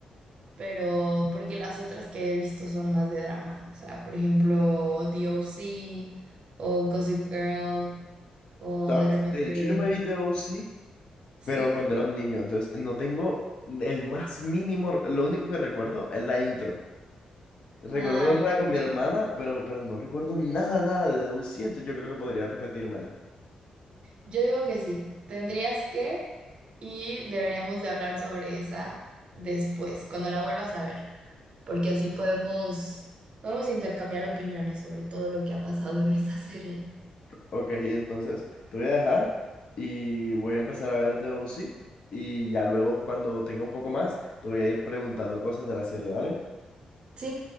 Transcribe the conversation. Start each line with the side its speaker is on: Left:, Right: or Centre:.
Right: pero porque las otras que he visto son más de drama, o sea, por ejemplo, The O.C. o Gossip Girl o
Left: ¿Sabes?
Right: de repente,
Left: De hecho, yo me vi The OC
Right: ¿sí?
Left: pero cuando era un niño, entonces no tengo el más mínimo, lo único que recuerdo es la intro. Recuerdo
Right: Ah,
Left: verla
Right: la canción.
Left: con mi hermana, pero, pero no recuerdo nada, nada de Debussy, yo creo que podría repetírmela.
Right: Yo digo que sí, tendrías que y deberíamos de hablar sobre esa después, cuando la vuelvas a ver, porque así podemos, podemos intercambiar opiniones sobre todo lo que ha pasado en esa serie.
Left: Ok, entonces te voy a dejar y voy a empezar a ver Debussy y ya luego cuando tenga un poco más te voy a ir preguntando cosas de la serie, ¿dale?
Right: Sí,